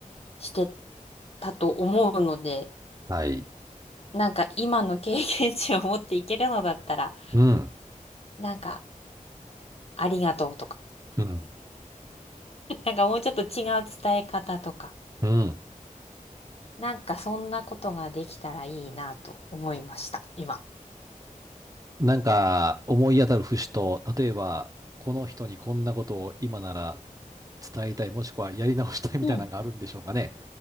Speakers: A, on the left; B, on the right.
A: してたと思うので
B: はい。
A: なんか今の経験値を持っていけるのだったら
B: うん。
A: なんかありがとうとか
B: うん。
A: <laughs> なんかもうちょっと違う伝え方とか
B: うん。
A: なんかそんなことができたらいいなと思いました今。
B: なんか、思い当たる節と、例えば、この人にこんなことを今なら伝えたい、もしくはやり直したいみたいなのがあるんでしょうかね。
A: うん。